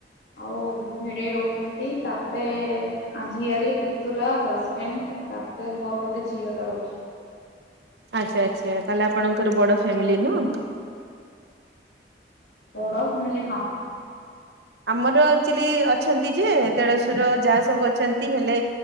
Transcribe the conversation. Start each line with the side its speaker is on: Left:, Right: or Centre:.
Left: ଆଉ ଭିଣେଇ ରହୁଛନ୍ତି ତାପରେ ଆଝିଆରୀ ପୁତୁରା ହଜବେଣ୍ଡ। ତାପରେ ମୋର ଗୋଟେ ଝିଅ ଟା ରହୁଚି।
Right: ଆଚ୍ଛା ଆଚ୍ଛା ତାହଲେ ଆପଣଙ୍କର ବଡ ଫ୍ୟାମିଲି ନୁହଁ?
Left: ବଡ ମେଲେ ହଁ।
Right: ଆମର ଆଚୁଆଲି ଅଛନ୍ତି ଯେ ଦେଢଶୁର ଯା ସବୁ ଅଛନ୍ତି ହେଲେ